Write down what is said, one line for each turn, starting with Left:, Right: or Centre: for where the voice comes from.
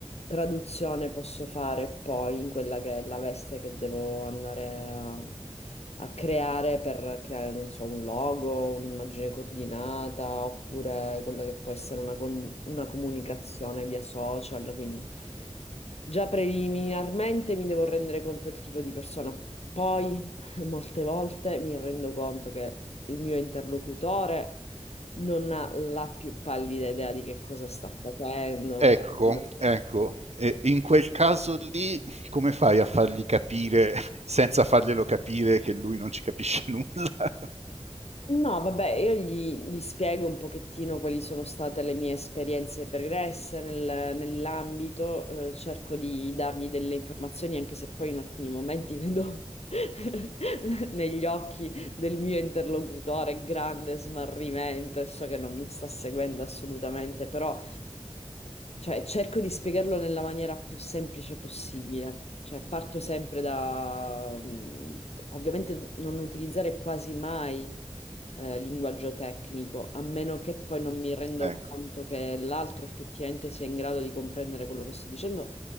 Left: traduzione posso fare poi in quella che è la veste che devo andare a, a creare per creare, non so, un logo, un'immagine coordinata, oppure quella che può essere una, con- una comunicazione via social, quindi già preliminarmente mi devo rendere conto del tipo di persona. Poi <laughs> molte volte mi rendo conto che il mio interlocutore non ha la più pallida idea di che cosa sta facendo.
Right: Ecco,
Left: mettendosi
Right: ecco,
Left: a conto.
Right: e in quel caso lì come fai a fargli capire, <laughs> senza farglielo capire, che lui non ci capisce nulla? <laughs>
Left: No, vabbè, io gli, gli spiego un pochettino quali sono state le mie esperienze pregresse nel- nell'ambito, eh, cerco di dargli delle informazioni, anche se poi in alcuni momenti vedo <laughs> negli occhi del mio interlocutore grande smarrimento e so che non mi sta seguendo assolutamente, però. Cioè, cerco di spiegarlo nella maniera più semplice possibile. Cioè, parto sempre da... mh, Ovviamente non utilizzare quasi mai eh, linguaggio tecnico, a meno che poi non mi rendo
Right: Ecco,
Left: conto che l'altro effettivamente sia in grado di comprendere quello che sto dicendo.